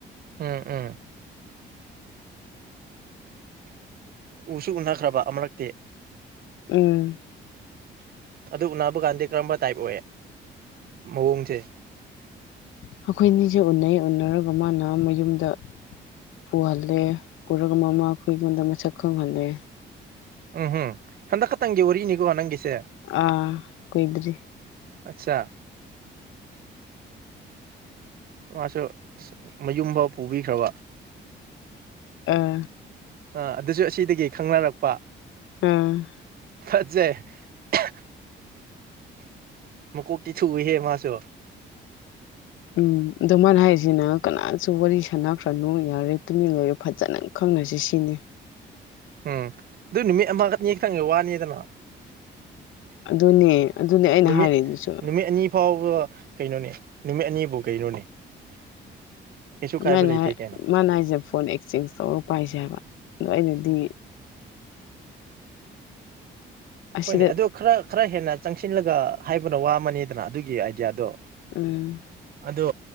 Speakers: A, on the right; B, on the left.
A: ꯎꯝ ꯎꯝ ꯎꯁꯨ ꯎꯅꯈ꯭ꯔꯕ ꯑꯃꯔꯛꯇꯤ
B: ꯎꯝ
A: ꯑꯗꯨ ꯎꯅꯕ ꯀꯥꯟꯗꯤ ꯀꯔꯝꯕ ꯇꯥꯏꯞ ꯑꯣꯏ ꯃꯑꯣꯡꯁꯦ
B: ꯑꯩꯈꯣꯏ ꯑꯅꯤꯁꯦ ꯎꯅꯩ ꯎꯅꯔꯒ ꯃꯥꯅ ꯃꯌꯨꯝꯗ ꯄꯨꯍꯜꯂꯦ ꯄꯨꯔꯒ ꯃꯃꯥ ꯈꯣꯏ ꯑꯩꯉꯣꯟꯗ ꯃꯁꯛ ꯈꯪꯍꯜꯂꯦ
A: ꯎꯝ ꯍꯨꯝ ꯍꯟꯗꯛ ꯈꯛꯇꯪꯒꯤ ꯋꯥꯔꯤꯅꯤꯀꯣ ꯅꯪꯒꯤꯁꯦ
B: ꯑꯥ ꯀꯨꯏꯗ꯭ꯔꯤ
A: ꯑꯆꯥ ꯃꯥꯁꯨ ꯃꯌꯨꯝ ꯐꯥꯎ ꯄꯨꯕꯤꯈ꯭ꯔꯕ
B: ꯑ
A: ꯑꯥ ꯑꯗꯨꯁꯨ ꯑꯁꯤꯗꯒꯤ ꯈꯪꯅꯔꯛꯄ
B: ꯎꯝ
A: ꯐꯖꯩ <unintelligible> ꯃꯀꯣꯛꯇꯤ ꯊꯨꯍꯦ ꯃꯥꯁꯨ
B: ꯎꯝ ꯑꯗꯣ ꯃꯥꯅ ꯍꯥꯏꯔꯤꯖꯤꯅ ꯀꯅꯥꯁꯨ ꯋꯥꯔꯤ ꯁꯥꯟꯅꯈ꯭ꯔꯅꯨ ꯌꯥꯔꯦ ꯇꯨꯃꯤꯟ ꯂꯩꯔ‌ꯣ ꯐꯖꯅ ꯈꯪꯅꯁꯤ ꯁꯤꯅꯤ
A: ꯎꯝ ꯑꯗꯨ ꯅꯨꯃꯤꯠ ꯑꯃ ꯑꯅꯤ ꯈꯛꯇꯪꯒꯤ ꯋꯥꯅꯤꯗꯅ
B: ꯑꯗꯨꯅꯦ ꯑꯗꯨꯅꯦ ꯑꯩꯅ
A: ꯅꯨꯃꯤꯠ
B: ꯍꯥꯏꯔꯤꯗꯨꯁꯨ
A: ꯅꯨꯃꯤꯠ ꯑꯅꯤ ꯐꯥꯎꯕ ꯀꯩꯅꯣꯅꯦ ꯅꯨꯃꯤꯠ ꯑꯅꯤꯕꯨ ꯀꯩꯅꯣꯅꯦ ꯀꯩꯁꯨ
B: ꯃꯥꯅ
A: ꯀꯥꯏꯕ ꯂꯩꯇꯦ ꯀꯩꯅꯣ
B: ꯃꯥꯅ ꯍꯥꯏꯖ‌ꯦ ꯐꯣꯟ ꯑꯦꯛꯆꯦꯟꯖ ꯇꯧꯔ ꯄꯥꯏꯁꯦ ꯍꯥꯏꯕ ꯑꯗꯣ ꯑꯩꯅꯗꯤ ꯑꯁꯤꯗ
A: ꯍꯣꯏꯅꯦ ꯑꯗꯨ ꯈꯔ ꯈꯔ ꯍꯦꯟꯅ ꯆꯪꯁꯤꯜꯂꯒ ꯍꯥꯏꯕꯅ ꯋꯥ ꯑꯃꯅꯦꯗꯅ ꯑꯗꯨꯒꯤ ꯑꯥꯏꯗꯤꯌꯥꯗꯣ
B: ꯎꯝ
A: ꯑꯗꯣ